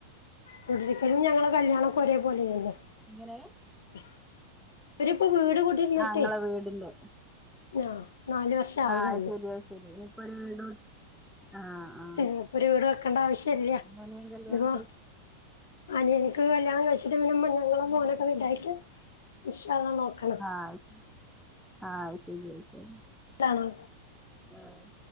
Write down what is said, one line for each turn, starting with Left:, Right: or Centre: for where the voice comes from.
Left: കുടി ഇര്ക്കെലും ഞങ്ങളെ കല്യാണം ഒക്കെ ഒരേ പോലെയെര്ന്നു
Centre: എങ്ങനെ?
Left: ഇവെര് ഇപ്പം വീട് കുടിര്ന്ന്ട്ടെയ്
Centre: ആഹ് ഇങ്ങളെ വീടിന്റെ
Left: ആഹ് നാല് വർഷം ആവണൊള്ളൂ
Centre: ആഹ് അഹ് ശെരി ശെരി ഇനി ഇപ്പോ ഒര് വീടും ആഹ് ആഹ്
Left: ഇനി ഇപ്പൊ ഒര് വീട് വെക്കണ്ട ആവ്ശ്യം ഇല്ല്യ
Centre: അനിയൻ കല്യാണം
Left: ഇഞ്ഞ് ഇപ്പം
Centre: കഴിച്ചു
Left: അനിയെൻക്ക് കല്യാണം കഴിച്ച്ട്ട് പിന്നെ ഇമ്മ ഞങ്ങളും മോനൊക്കെ വെൽതായിട്ട് ഇൻശാ അള്ളാഹ് നോക്കണം
Centre: ആഹ് അഹ് ശരി ആഹ് അഹ് ശരി അഹ് ശരി
Left: ലാണോ?
Centre: ആഹ്